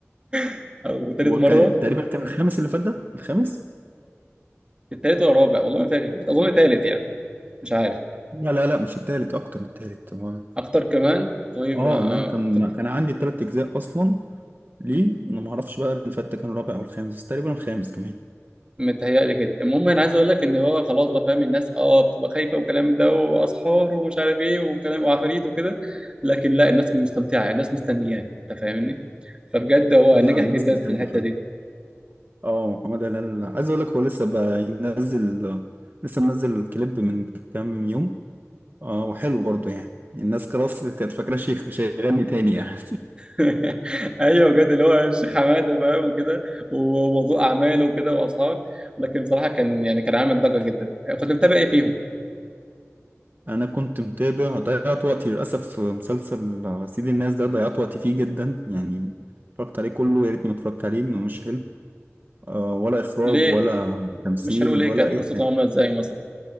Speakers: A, on the right; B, on the right.
A: <laughs> او تالت
B: هو
A: مرة
B: كان تقريبا كان الخامس اللي فات ده الخامس
A: التالت ولا الرابع والله ما فاكر اظن تالت يعني مش عارف
B: لا لا لا مش التالت اكتر من التالت هو
A: اكتر كمان طيب
B: اه
A: آه،
B: ان انا كان
A: كنت
B: كان عندي تلات اجزاء اصلا ليه انا ما اعرفش بقى الفتة كان الرابع او الخامس بس تقريبا الخامس كمان
A: متهيألي كده المهم انا عايز اقول لك ان هو خلاص بقى فاهم الناس اه بتبقى خايفه والكلام ده واسحار ومش عارف ايه وكلام وعفاريت وكده لكن لا الناس مستمتعه الناس مستنياه انت فاهمني فبجد هو
B: لا
A: نجح
B: الناس
A: جدا
B: بتحبه
A: في الحته
B: فعلا
A: دي
B: اه محمد هلال عايز اقول لك هو لسه بقى ينزل لسه منزل كليب من كام يوم اه وحلو برضه يعني الناس خلاص كانت فاكرة شيخ مش هيغني تاني يعني
A: <laughs> ايوه بجد اللي هو الشيخ حماده فاهم وكده وموضوع اعماله وكده واصحاب لكن بصراحه كان يعني كان عامل ضجه جدا كنت متابع ايه فيهم
B: <laughs> انا كنت متابع ضيعت وقتي للاسف في مسلسل آه، سيد الناس ده ضيعت وقتي فيه جدا يعني اتفرجت عليه كله يا ريتني ما اتفرجت عليه انه مش حلو آه، ولا اخراج
A: ليه
B: ولا تمثيل
A: مش حلو ليه
B: ولا
A: كانت
B: اي
A: قصته
B: حاجه
A: عامله ازاي مثلا